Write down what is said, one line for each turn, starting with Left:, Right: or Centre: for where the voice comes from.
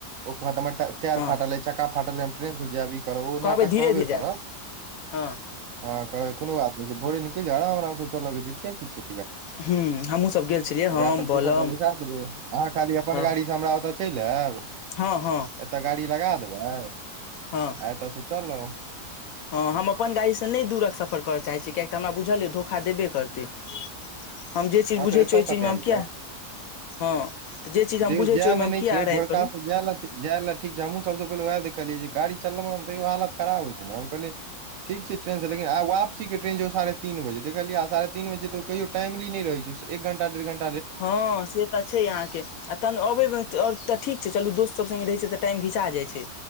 Right: ओ कहत हमरा टायर
Left: हँ
Right: फाटल अै चक्का फाटलै हम ट्रेनसँ जायब ई करब ओ
Left: कहबै
Right: नाटक
Left: धीरे
Right: कहबे
Left: धीरे
Right: करत
Left: जायब हँ
Right: हँ कहबै कोनो बात नहि छै भोरे निकल जा आराम आराम से चल ग छै किया की छै
Left: हु हमहूँ सब गेल छलियै
Right: ओकरा
Left: हम
Right: पर
Left: बलम
Right: केशब के बेटा देलिये अहाँ खाली अपन
Left: हँ
Right: गाड़ीसँ हमरा ओतय चलि आयब
Left: हँ हँ
Right: एतऽ गाड़ी लगा देबै आ
Left: हँ
Right: एतऽसँ चलब
Left: हँ हम अपन गाड़ीसँ नहि दूरक सफर करऽ चाहैत छी कियक तऽ हमरा बझल नहि धोखा देबे करतै हम जे चीज
Right: हँ
Left: बुझै
Right: तऽ
Left: छियै
Right: एतऽ
Left: ओहि
Right: तक
Left: चीज मे हम
Right: आबि
Left: किया हँ तऽ जे चीज हम
Right: देखियऔ
Left: बुझै
Right: जाय
Left: छियै ओहिमे
Right: मे
Left: हम
Right: नहि
Left: किया
Right: छै
Left: अराइर
Right: बोरका
Left: करू
Right: से जाय ल जाय लए ठीक छै हमहूँ सभ सँ पहिले उएह देखलियै जे गाड़ी चलब मे तैयो हालत खराब होइ छै ने तै हम कहलियै ठीक छै ट्रेन से लेकिन आ वपसी के ट्रन छै साढ़े तीन बेजेय आ साढ़े तीन बजे त कहियो टेमली नहि रहै छै एक घण्टा डेढ़ घण्टा
Left: हँ से तऽ छै अहाँके आ तहन अबेमे तऽ ठीक चलू दोस्त सब से रहे छै तऽ टाइम घिचा जाय छै